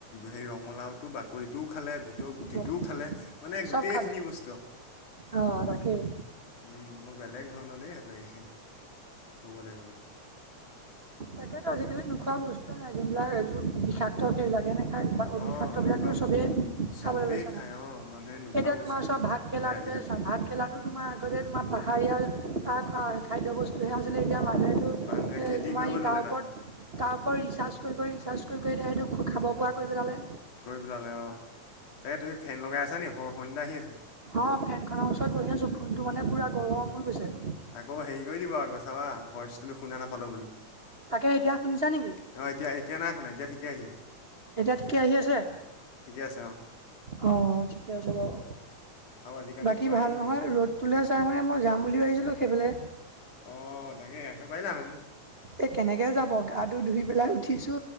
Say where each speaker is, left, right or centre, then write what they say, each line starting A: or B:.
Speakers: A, on the left; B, on the right.
A: হেই ৰঙালাওটো বাকলিটোও খালে ভিতৰ গুটিটোও
B: আৰু
A: খালে মানে গোটেই।
B: চব
A: এইখিনি
B: খালে
A: বস্তু
B: অ তাকেই
A: উম বেলেগ ধৰণৰ দেই। <unintelligible> ক'বলৈ গ'লে।
B: তাকেতো আজিকালি নোখোৱা বস্তুৱে নাই যোনবিলাক বিষাক্ত সেইবিলাক যেনে শাক অবিষাক্ত
A: অঁ নোখোৱা
B: বিলাকটো চবেই
A: চবেই
B: খাবলৈ লৈছে
A: খায়
B: মানুহে।
A: অঁ মানুহে নোখোৱা
B: এতিয়া
A: বস্তুৱে
B: তোমাৰ চোৱা ভাত কেৰেলাটো
A: নাই আজিকালি।
B: বা ভাত কেৰেলাটো তোমাৰ আগতে। আমাৰ পাহাৰীয়া শাক খাদ্য বস্তুহে আছিলে এতিয়া। মানুহেতো
A: মানুহে
B: এ
A: খেতি কৰিব
B: তাৰ
A: ল'লে
B: ওপৰত
A: না।
B: তাৰ ওপৰত ৰিচাৰ্জ কৰি কৰি ৰিচাৰ্জ কৰি কৰি এতিয়া সেইটো খাব পৰা কৰি পেলালে।
A: কৰি পেলা'লে অ' তাকে তুমি ফেন লগাই আছা নে হ সলনি এটা আহি আছে।
B: অ' ফেন খনৰ ওচৰত বহি আছো, ফোন টো মানে পোৰা গৰম হৈ গৈছে।
A: আকৌ হেৰি কৰি দিব আকৌ চাবা ভইচ টোনো শুনা নাপালো বুলি। অ'
B: তাকে এতিয়া শুনিছা নেকি
A: এতিয়া এতিয়া নাই শুনা এতিয়া ঠিকে আহিছে।
B: এতিয়া ঠিকে আহি আছে,
A: আছে অঁ।
B: অ' ঠিকে আছে বাৰু।
A: আৰু আজিকালি
B: বাকী
A: তোমাৰ
B: ভাল
A: সেই
B: নহয়
A: দিছপ
B: ৰ'দতলৈ চাই মানে মই যাম বুলি ভাবিছিলো। সেইপিনে।
A: অঁ তাকে আহিব পাৰিলা হন।
B: এ কেনেকে যাব গা ধুই পেলাই উঠিছো।